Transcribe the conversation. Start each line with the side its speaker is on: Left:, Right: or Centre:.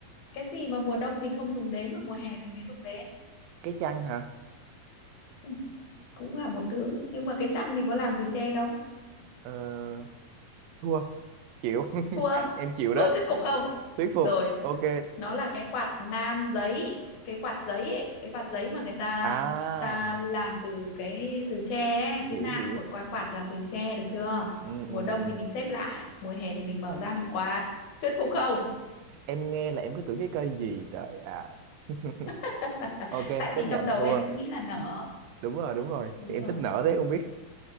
Left: cái gì mà mùa đông mình không dùng đến mà mùa hè mình mới dùng đến
Right: cái chăn hả
Left: ừ, cũng là một thứ nhưng mà cái chăn mình có làm từ tre đâu
Right: ờ, thua chịu <laughs>
Left: thua
Right: em chịu đó
Left: thua thuyết phục không
Right: thuyết phục
Left: rồi
Right: ok
Left: nó là cái quạt nan giấy cái quạt giấy ấy, cái quạt giấy mà người ta
Right: à
Left: ta làm từ cái từ tre ấy, cái
Right: hiểu
Left: nan
Right: hiểu
Left: của quạt quạt làm từ tre được chưa
Right: ừ, ừ,
Left: mùa đông
Right: ừ.
Left: thì mình xếp lại mùa hè thì mình mở ra mình quạt thuyết phục không
Right: em nghe là em cứ tưởng cái cây gì trời à <laughs>
Left: <laughs>
Right: ok
Left: tại
Right: chấp
Left: vì
Right: nhận
Left: trong đầu
Right: thua
Left: em cứ nghĩ là nở
Right: đúng rồi đúng rồi
Left: Đúng
Right: em
Left: rồi.
Right: thích nở thế không biết